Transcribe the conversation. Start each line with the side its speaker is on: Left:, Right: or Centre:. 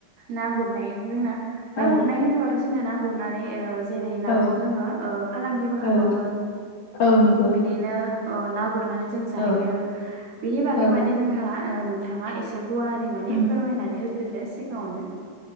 Right: ना गुरनाय जोंना ना
Left: औ
Right: गुरनाय होनोबाथ' जोंना ना गुरनानै जेरै नाखौ
Left: औ
Right: जोङो फालांगिबो खालामो
Left: औ औ नंगौ
Right: बिदिनो ना गुरनानै जों जायो
Left: औ
Right: बिनि बागै
Left: औ
Right: माने जोंना न नोंथाङा एसे गुवारारि माने
Left: उम
Right: फोरमायनानै होग्रोदो सिगाङावनो